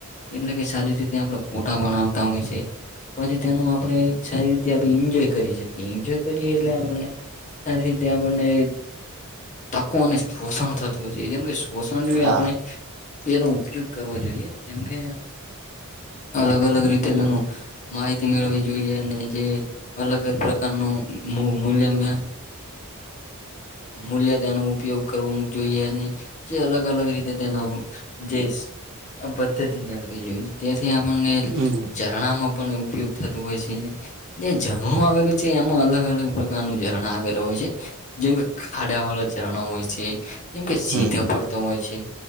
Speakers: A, on the left (about 35°); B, on the right (about 70°).
A: એટલે કે સારી રીતે આપણે ફોટા બનાવતા હોય છે. પછી તેનું આપણે સારી રીતે આપણે એન્જોય કરી શકીએ એન્જોય કરીએ એટલે આપણે આ રીતે આપણને તકો અને શોષણ થતું હો છે જેમ કે. પોષણ જો
B: હા
A: આપણે એનો ઉપયોગ કરવો જોઈએ કેમ કે. અલગ અલગ રીતે તેનું. માહિતી મેળવી જોઈએ અને જે અલગજ પ્રકારનું મૂલ મૂલ્ય મે. મૂલ્યતા નુ ઉપયોગ કરવો જોઈએ અને. જે અલગ અલગ રીતે તેનું જેશ આપન. ઈ તેથી આપને
B: હમ
A: ઝરણામાં પણ ઉપયોગ. થતું હોય છે ન જે ઝરણું આવેલું છે એમાં અલગ અલગ પ્રકારનું ઝરણા આવેલું હોય છે. જેમ કે ખાડા વાળા ઝરણો હોય છે. કેમ કે સીધ
B: હમ
A: ફરતો હોય છે